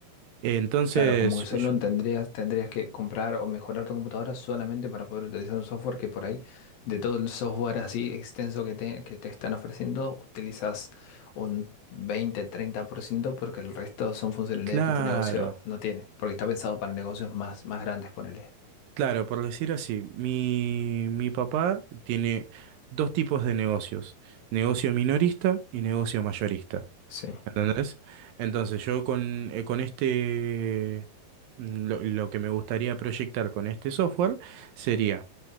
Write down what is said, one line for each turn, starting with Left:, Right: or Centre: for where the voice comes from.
Right: Entonces,
Left: Claro, como que solo
Right: yo-
Left: tendrías, tendrías que comprar o mejorar tu computadora solamente para poder utilizar un software que por ahí, de todo el software así extenso que te, que te están ofreciendo, utilizas un veinte treinta por ciento porque el resto son funcionalidades
Right: claro,
Left: que tu negocio no tiene, porque está pensado para negocios más, más grandes, ponele.
Right: claro, por decir así, mi, mi papá tiene dos tipos de negocios, negocio minorista y negocio mayorista,
Left: Sí.
Right: ¿entendés? Entonces, yo con, eh, con este, mm, lo lo que me gustaría proyectar con este software, sería